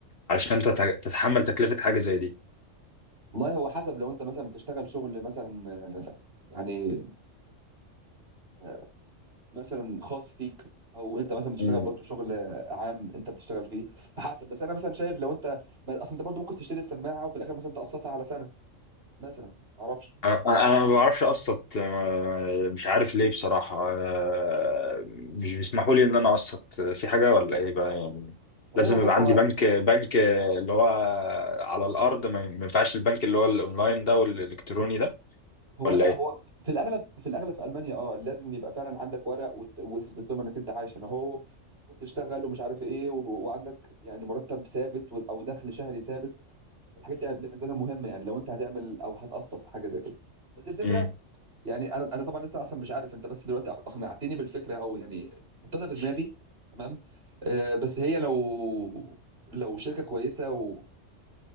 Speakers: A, on the left; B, on the right.
A: علشان تت- تتحمل تكلفة حاجة زي دي
B: والله هو حسب لو انت مثلا بتشتغل شغل مثلا آه، يعني آه، مثلا خاص فيك او انت مثلا بتشتغل
A: مم.
B: برضه شغل آه، عام انت بتشتغل فيه حسب بس انا مثلا شايف لو انت ما- اصل انت برضه ممكن تشتري السماعه وفي الاخر مثلا تقسطها على سنه مثلا ما اعرفش
A: انا أنا ما بعرفش اقسط آه، مش عارف ليه بصراحة آه، مش بيسمحوا لي ان انا اقسط في حاجة ولا ايه بقى يعني
B: والله
A: لازم
B: هو بص
A: يبقى
B: هو
A: عندي بنك بنك آه، اللي هو على الارض ما ما ينفعش البنك اللي هو الاونلاين ده والالكتروني ده
B: هو
A: ولا
B: لا
A: ايه
B: هو في الاغلب في الاغلب في المانيا اه لازم يبقى فعلا عندك ورق وت- وتثبت لهم انك انت عايش هنا اهو وبتشتغل ومش عارف ايه وب- وعندك يعني مرتب ثابت و- او دخل شهري ثابت الحاجات دي بالنسبه لنا مهمه يعني لو انت هتعمل او هتقسط حاجه زي كده بس الفكره
A: امم
B: يعني انا انا طبعا لسه اصلا مش عارف انت بس دلوقتي أق- اقنعتني بالفكره او يعني حطيتها في دماغي تمام آه بس هي لو لو شركه كويسه و...